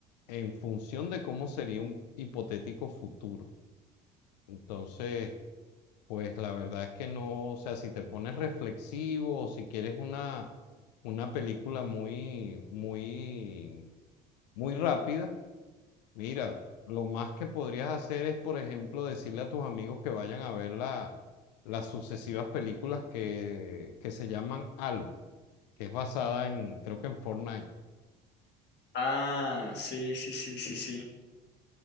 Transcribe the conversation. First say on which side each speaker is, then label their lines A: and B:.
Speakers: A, on the left; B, on the left.
A: en función de cómo sería un hipotético futuro. Entonces, pues la verdad es que no, o sea, si te pones reflexivo o si quieres una, una película muy, muy, muy rápida, Mira, lo más que podrías hacer es, por ejemplo, decirle a tus amigos que vayan a ver la- las sucesivas películas que, que se llaman Halo, que es basada en, creo que en Fortnite.
B: Ah, sí, sí, sí, sí, sí.